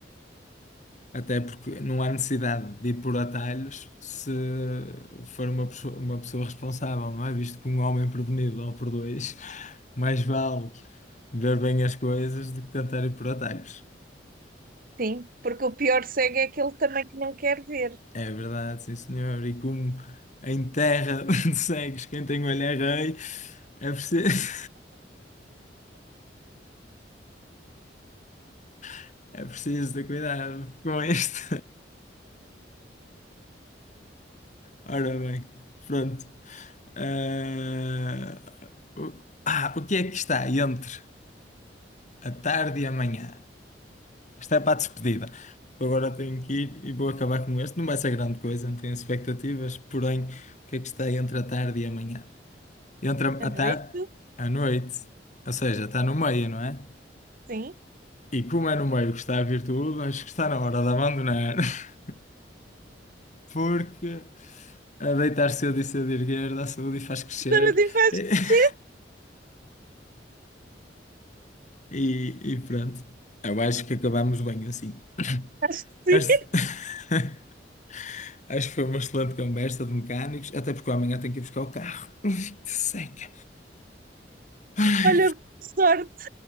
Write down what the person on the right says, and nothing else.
sim, porque o pior cego é aquele também que não quer ver.
A noite,
sim.
Saúde e faz
crescer,
acho que
sim.
Olha, boa sorte,